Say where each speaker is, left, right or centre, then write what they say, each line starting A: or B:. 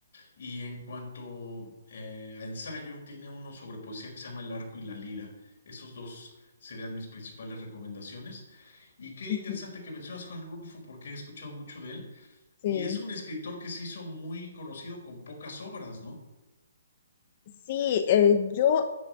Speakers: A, on the left; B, on the left.
A: Y en cuanto eh, a ensayo, tiene uno sobre poesía que se llama El arco y la lira. Esos dos serían mis principales recomendaciones. Y qué
B: ujú.
A: interesante que mencionas Juan Rulfo, porque he escuchado mucho de él.
B: Sí.
A: Y es un escritor que se hizo muy conocido con pocas obras, ¿no?
B: Sí, eh, yo